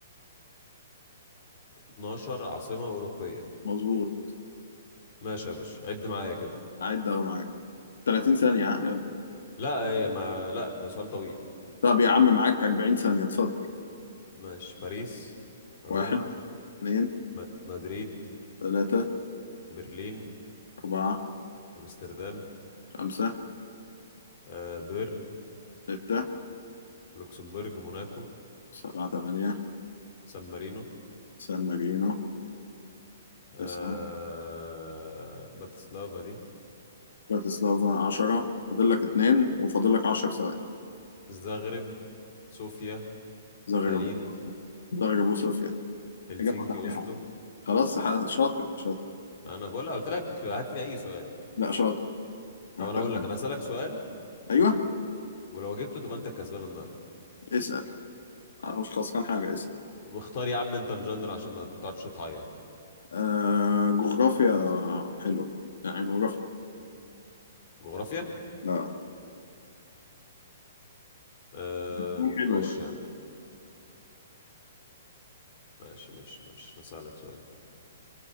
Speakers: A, on the left; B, on the left.
A: 12 عاصمة أوروبية
B: مظبوط
A: ماشي يا باشا عد معايا كده
B: عد اهو معاك 30 ثانيه ها يلا.
A: لا هي ما لا ده سؤال طويل
B: طب يا عم معاك 40 ثانيه اتفضل
A: ماشي باريس روما
B: واحد اثنين
A: م... مدريد
B: ثلاثه
A: برلين
B: اربعه
A: أمستردام
B: خمسه
A: آه بيرن
B: سته
A: لوكسمبورغ موناكو
B: سبعه ثمانيه
A: سان مارينو
B: سان مارينو
A: آه
B: تسعه
A: باتسلافا دي
B: براتسلافا 10 فاضل لك اتنين وفاضل لك 10 ثواني
A: الزغرب صوفيا
B: زغربوب
A: تالين
B: زغربوب صوفيا
A: هلسنكي
B: إجابة صحيحة
A: أوسلو
B: خلاص ح- شاطر شاطر
A: أنا بقول قلت لك هات لي أي سؤال
B: لا شاطر
A: طب
B: محتاج
A: أنا هقول
B: منك.
A: لك أنا هسألك سؤال
B: أيوه
A: ولو جبته تبقى أنت الكسبان النهاردة
B: اسأل أنا مش خسران حاجة اسأل
A: واختار يا عم انت الجندر عشان ما تقعدش تعيط
B: آه جغرافيا حلوة يعني جغرافيا
A: جغرافيا
B: لا
A: آه
B: سؤال حلو
A: ماشي
B: بقى
A: يا عم ماشي ماشي ماشي هسألك سؤال